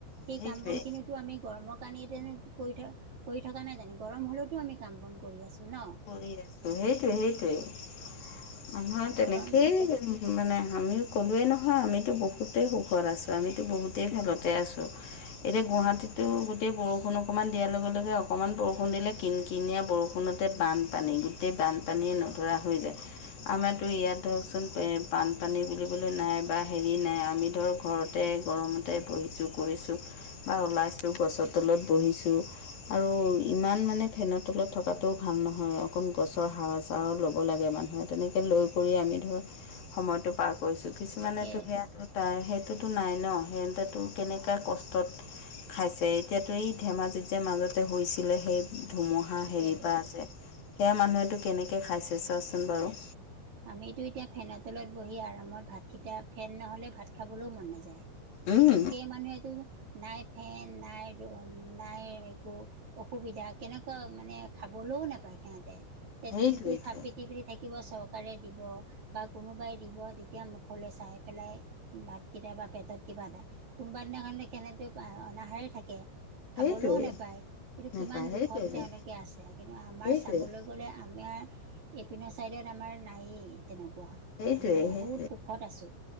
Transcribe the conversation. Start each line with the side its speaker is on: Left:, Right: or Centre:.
Left: সেইটোৱে
Right: সেই কাম বনখিনিতো আমি গৰমৰ কাৰণেটো এনেই কৰি থ কৰি থকা নাই জানো গৰম হ'লেওতো আমি কাম বন কৰি আছোঁ ন
Left: কৰি আছো সেইটোৱে সেইটোৱে আন্ধাৰত তেনেকেই
Right: গৰম
Left: মানে আমিও ক'লোৱেই নহয় আমিতো বহুতেই সুখত আছোঁ আমিতো বহুতেই ভালতে আছোঁ এতিয়া গুৱাহাটীতো গোটেই বৰষুণ অকণমান দিয়াৰ লগে লগে অকণমান বৰষুণ দিলে কিন কিনিয়া বৰষুণত গোটেই বানপানী গোটেই বানপানীয়ে নধৰা হৈ যায়। আমাৰো ইয়াত ধৰকচোন বানপানী বুলিবলৈ নাই বা হেৰি নাই আমি ধৰক ঘৰতে গৰমতে বহিছোঁ কৰিছোঁ বা ওলাইছোঁ গছৰ তলত বহিছোঁ আৰু ইমান মানে ফেনৰ তলত থকা তাতো ভাল নহয় অকণ গছৰ হাৰ আ চাৰ ল'ব লাগে মানুহে তেনেকৈ লৈ কৰি আমি ধৰক সময়তটো পাৰ কৰিছো কিছুমানেতো
Right: তাকে
Left: সেয়া তাৰ সেইটোতো নাই ন সিহটো কেনেকুৱৈ কষ্টত খাইছে এতিয়াতো এই ধেমাজি যোদ্মৱ্যৰ মাজতে হৈছিলে সেই ধুমুহা হাঁহ
Right: তাকেইতো
Left: হেৰিৰ পৰা আছে সেয়া মানুহেতো কেনেকৈ খাইছে চোৱাচোন বাৰু
Right: আমিতো এতিয়া ফেনৰ তলত বহি আৰামত ভাতকেইটা ফেন নহ'লে ভাত খাবলৈও মন নাযায়।
Left: উম,
Right: কিন্তু সেই মানুহেতো নাই ফেন নাই নাই একো অসুবিধা কেনেকুৱা মানে খাবলৈও নাপায় সিহটে সেই
Left: সেইটোৱেইটো
Right: দিনটো হাত পিটি পিটি থাকিব চৰকাৰে দিব বা কোনোবাই দিব, এতিয়া মুখলৈ চাই পেলাই ভাতকেইটা বা পেটত কিবা এটা কোনোবা দিনাখন সেনেকেও অনাহেই থাকে খাবলৈও
Left: সেইটোৱেই
Right: নেপায় কিন্তু
Left: নাপায়
Right: কিমান দুখত
Left: সেইটোৱেইটো
Right: তেওঁলোকে আছে কিন্তু আমাৰ
Left: সেইটোৱেই
Right: চাবলৈ - আমাৰ এইপিনৰ চাইডত আমাৰ নায়েই তেনেকুৱা
Left: সেইটোৱেই
Right: আমি বহুত
Left: সেইটোৱেই
Right: সুখত আছোঁ